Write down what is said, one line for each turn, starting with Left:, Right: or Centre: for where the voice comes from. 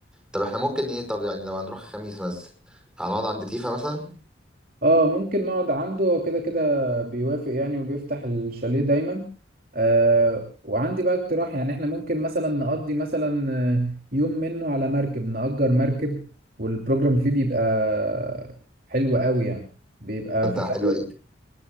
Centre: طب احنا ممكن ايه طب يعني لو هنروح خميس مثلا هنقعد عند تيفا مثلا
Right: اه ممكن نقعد عنده هو كده كده بيوافق يعني وبيفتح الشاليه دايما آه وعندي بقى اقتراح يعني احنا ممكن مثلا نقضي مثلا آه، يوم منه على مركب نأجر مركب والبروجرام فيه بيبقى حلو قوي يعني بيبقى
Centre: تبدأ
Right: في الأول
Centre: حلوة دي